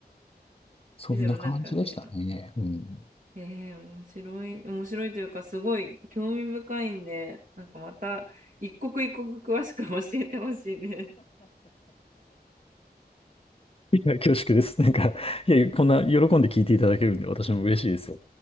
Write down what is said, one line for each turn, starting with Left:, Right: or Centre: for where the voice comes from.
Left: そんな感じでしたね。
Right: ででもなんかね、あ、こう
Left: うん。
Right: えー、面白い、面白いというか、すごい興味深いんで、なんかまた一刻一刻詳しく教えてほしいね。
Left: いや、恐縮です。なんか、いや、こんな喜んで聞いていただけるんで、私も嬉しいですよ。